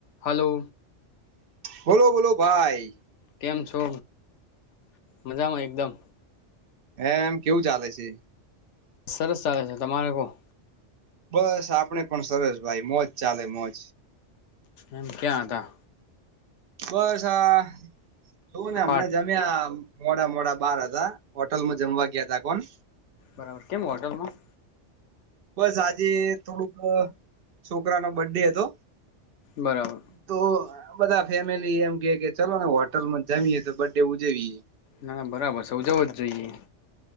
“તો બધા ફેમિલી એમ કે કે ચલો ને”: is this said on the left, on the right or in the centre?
Right